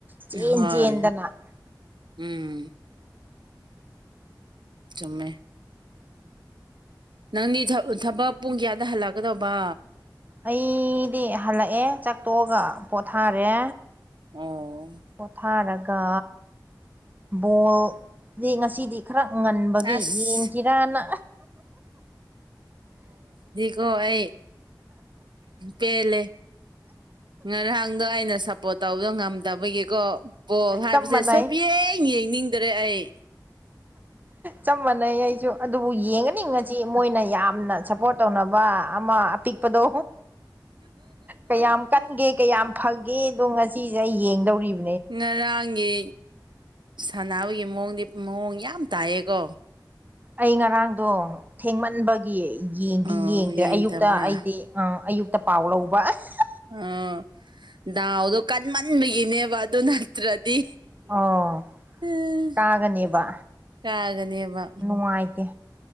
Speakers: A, on the right; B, on the right.
A: ꯆꯦꯟ
B: ꯍꯣꯏ
A: ꯆꯦꯟꯗꯅ
B: ꯎꯝ ꯆꯨꯝꯃꯦ ꯅꯪꯗꯤ ꯊꯕꯛ ꯄꯨꯡ ꯀꯌꯥꯗ ꯍꯜꯂꯛꯀꯗꯧꯕ
A: ꯑꯩꯗꯤ ꯍꯂꯛꯑꯦ ꯆꯥꯛꯇꯣꯛꯑꯒ ꯄꯣꯊꯥꯔꯦ
B: ꯑꯣ
A: ꯄꯣꯊꯥꯔꯒ ꯕꯣꯜ ꯑ ꯉꯁꯤꯗꯤ ꯈꯔ ꯉꯟꯕꯒꯤ
B: ꯑꯁ
A: ꯌꯦꯡꯁꯤꯔꯅ
B: ꯀꯣ ꯑꯩ ꯄꯦꯜꯂꯦ ꯉꯔꯥꯡ ꯅꯪꯗꯣ ꯑꯩꯅ ꯁꯥꯄ꯭ꯔꯣꯠ ꯇꯧꯕꯗꯣ ꯉꯝꯗꯕꯒꯤꯀꯣ ꯕꯣꯜ ꯍꯥꯏꯕꯁꯦ
A: ꯆꯞ ꯃꯥꯟꯅꯩ
B: ꯁꯨꯛꯌꯦꯡ ꯌꯦꯡꯅꯤꯡꯗꯔꯦ ꯑꯩ
A: ꯆꯞ ꯃꯥꯟꯅꯩ ꯑꯩꯁꯨ ꯑꯗꯨꯕꯨ ꯌꯦꯡꯒꯅꯤ ꯉꯁꯤ ꯃꯣꯏꯅ ꯌꯥꯝ ꯁꯥꯄ꯭ꯔꯣꯠ ꯇꯧꯅꯕ ꯑꯃ ꯑꯄꯤꯛꯄꯗꯣ ꯀꯌꯥꯝ ꯀꯟꯒꯦ ꯀꯌꯥꯝ ꯐꯒꯦ ꯑꯗꯣ ꯉꯁꯤꯁꯦ ꯑꯩ ꯌꯦꯡꯗꯧꯔꯤꯕ
B: ꯉꯔꯥꯡꯒꯤ ꯁꯥꯟꯅꯕꯒꯤ ꯃꯑꯣꯡꯗꯤ ꯃꯑꯣꯡ ꯌꯥꯝ ꯇꯥꯏꯌꯦꯀꯣ
A: ꯑꯩ ꯉꯔꯥꯡꯗꯣ ꯊꯦꯡꯃꯟꯕꯒꯤ ꯌꯦꯡꯗꯤ
B: ꯑꯣ
A: ꯌꯦꯡꯗ꯭ꯔꯦ
B: ꯌꯦꯡꯗꯕ꯭ꯔꯥ
A: ꯑꯌꯨꯛꯇ ꯑꯩꯗꯤ ꯑ ꯑꯌꯨꯛꯇ ꯄꯥꯎ ꯂꯧꯕ ꯑꯁ
B: ꯑꯣ ꯗꯥꯎꯗꯣ ꯀꯟꯃꯟꯕꯒꯤꯅꯦꯕ ꯑꯗꯨ ꯅꯠꯇ꯭ꯔꯗꯤ
A: ꯑꯣ
B: ꯎꯝ
A: ꯀꯥꯒꯅꯦꯕ
B: ꯀꯥꯒꯅꯦꯕ
A: ꯅꯨꯡꯉꯥꯏꯇꯦ